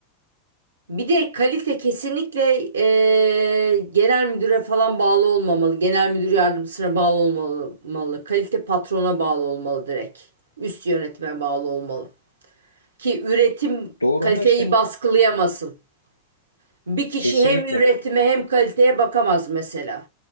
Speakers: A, on the right; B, on the left.
A: Bir de kalite kesinlikle eee, genel müdüre falan bağlı olmamalı. Genel müdür yardımcısına bağlı olmalı. Kalite patrona bağlı olmalı direkt. Üst yönetime bağlı olmalı. Ki üretim
B: Doğru
A: kaliteyi
B: ama işte
A: baskılayamasın. Bir kişi
B: kesinlikle.
A: hem üretime hem kaliteye bakamaz mesela.